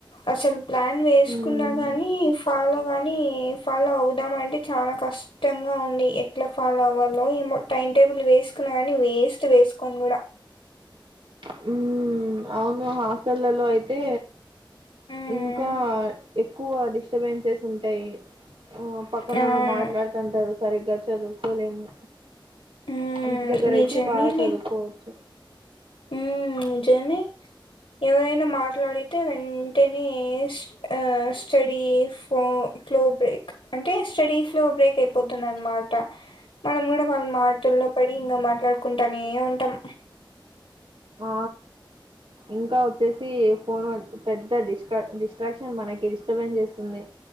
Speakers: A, on the left; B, on the right.
A: అసలు ప్లాన్ వేసుకున్నా
B: మ్మ్
A: గాని ఫాలో గానీ ఫాలో అవుదాం అంటే చాలా కష్టంగా ఉంది ఎట్లా ఫాలో అవ్వాలో ఏమో టైం టేబుల్ వేసుకున్న కా నీ వేస్ట్ వేసుకొని కూడా
B: హుమ్మ్ అవును హాస్టల్లలో అయితే
A: మ్మ్
B: ఇంకా ఎక్కువ డిస్టర్బెన్సెస్ ఉంటాయి ఆ పక్కనోళ్ళు
A: అవును
B: మాట్లాడుతంటారు సరిగ్గా చదువుకోలేము
A: హ్మ్
B: ఇంటి దగ్గర
A: నిజమేలే
B: అయితే బా చదువుకోవచ్చు
A: హ్మ్ నిజమే ఎవరైనా మా మాట్లాడితే వెంటనే ఆ స్టడీ ఫో ఫ్లో బ్రేక్ అంటే స్టడీ ఫ్లో బ్రేక్ అయిపోతుందన్నమాట
B: అవును
A: మనం కూడా వాళ్ళ మాటల్లో పడి ఇంకా మాట్లాడు కుంటానే ఉంటాం
B: ఆ ఇంకా వచ్చేసి ఫోన్ పెద్ద డిస్ట్రా డిస్ట్రాక్షన్ మనకి డిస్టర్బెన్స్ చేస్తుంది.